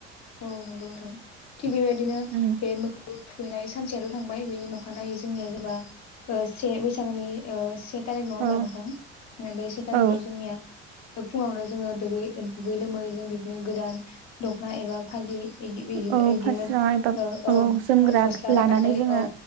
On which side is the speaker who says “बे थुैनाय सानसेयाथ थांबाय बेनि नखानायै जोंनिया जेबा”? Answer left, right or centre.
Left